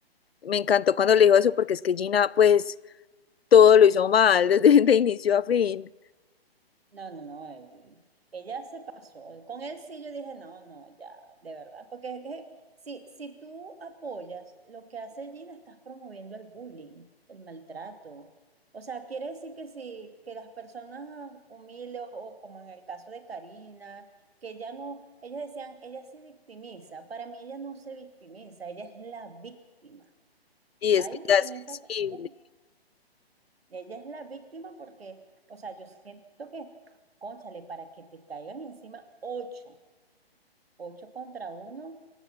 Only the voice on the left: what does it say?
Me encantó cuando le dijo eso porque es que Gina pues todo lo hizo mal desde <laughs> de inicio a fin
y
es que ya es
sensible.